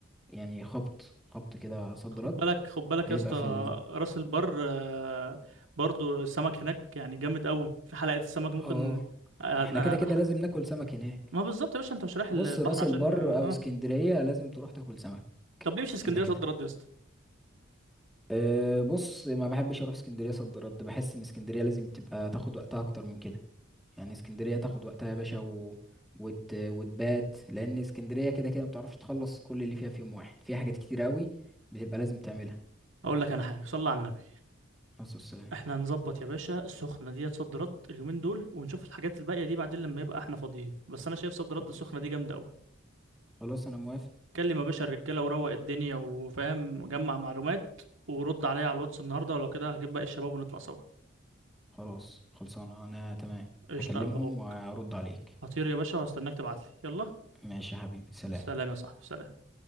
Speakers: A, in the centre; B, on the right (about 70°).
A: يعني خبط خبط كده صد
B: خد
A: رد
B: بالك خد بالك
A: هيبقى
B: يا اسطى
A: في ال...
B: راس البر آه، برضو السمك هناك يعني جامد قوي في حلقة السمك ممكن
A: اه
B: آه، آه،
A: احنا كده كده لازم
B: آه،
A: ناكل سمك هناك
B: ما بالظبط يا باشا انت مش رايح
A: بص
B: البحر
A: راس
B: عشان
A: البر
B: اه
A: او اسكندرية
B: آه.
A: لازم تروح تاكل سمك
B: طب ليه مش اسكندرية
A: كده كده
B: صد رد يا اسطى
A: أه بص ما بحبش اروح اسكندرية صد رد بحس ان اسكندرية لازم تبقى تاخد وقتها اكتر من كده يعني اسكندرية تاخد وقتها يا باشا و... وت... وتبات لان اسكندرية كده كده ما بتعرفش تخلص كل اللي فيها في يوم واحد فيها حاجات كتير قوي بتبقى لازم تعملها
B: اقول لك انا حاجة صلي على النبي
A: خلاص السلام
B: احنا هنظبط يا باشا السخنة ديت صد رد اليومين دول ونشوف الحاجات الباقية دي بعدين لما يبقى احنا فاضيين بس انا شايف صد
A: خلاص
B: رد السخنة دي جامدة قوي
A: خلاص انا موافق
B: كلم يا باشا الرجالة وروق الدنيا وفاهم جمع معلومات ورد عليا على الواتس النهاردة ولو كده هجيب باقي الشباب ونطلع سوا
A: خلاص خلصانة أنا تمام
B: قشطة
A: هكلمهم
B: يا قلب اخوك
A: وأرد عليك
B: هطير يا باشا وهستناك تبعتلي يلا
A: ماشي يا حبيبي سلام
B: سلام يا صاحبي سلام